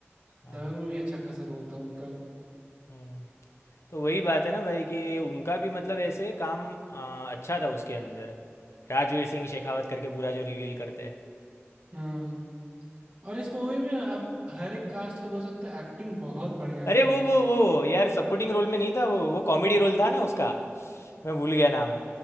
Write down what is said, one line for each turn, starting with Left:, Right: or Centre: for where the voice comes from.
Left: हाँ,
Right: दबंग में भी अच्छा खासा रोल था उनका
Left: हम्म, तो वही बात है ना भाई कि उनका भी मतलब ऐसे काम आ, अच्छा था उसके अंदर राजवीर सिंह शेखावत करके पूरा जो रिवील करते हैं
Right: हम्म और इस मूवी में आप हर एक कास्ट का बोल सकते हैं एक्टिंग बहुत बढ़िया
Left: अरे
Right: था
Left: वो वो वो यार सपोर्टिंग रोल में नहीं था वो वो कॉमेडी रोल था ना उसका मैं भूल गया नाम